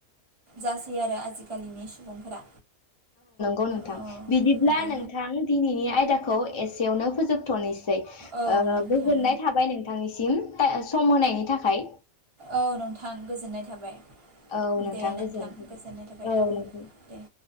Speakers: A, on the right; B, on the left.
A: जासै आरो आजिखालिनि सुबुंफोरा।
B: नोंथां
A: औ
B: बिदिब्ला
A: नंगौ
B: नोंथां दिनैनि आयदाखौ खौ एसेयावनो फोजोब थ निसै
A: औ
B: ओ
A: नोंथां
B: गोजोननाय थाबाय नोंथांनिसि <unintelligible> सम होनायनि थाखाय।
A: औ नोंथां गोजोननाय थाबाय।
B: औ नोंथां
A: दे
B: गोजोन <unintelligible>
A: गोजोननाय थाबाय
B: ओ
A: औ
B: नोंथां।
A: दे